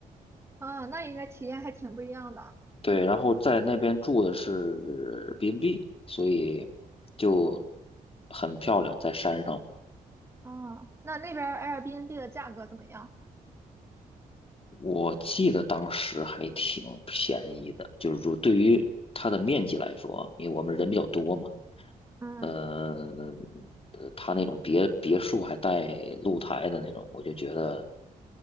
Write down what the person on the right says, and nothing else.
啊，那应该体验还挺不一样的。
啊，那那边儿 Airbnb 的价格怎么样？
嗯。